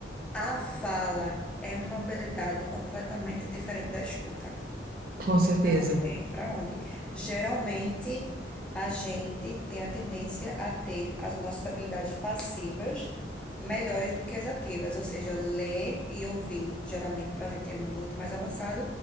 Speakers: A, in the centre; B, on the right.
A: a fala é uma habilidade completamente diferente da escuta.
B: <laughs> Com certeza.
A: Não tem para onde. Geralmente, a gente tem a tendência a ter as nossas habilidades passivas melhores do que as ativas, ou seja, ler e ouvir, geralmente, para a gente é muito mais avançado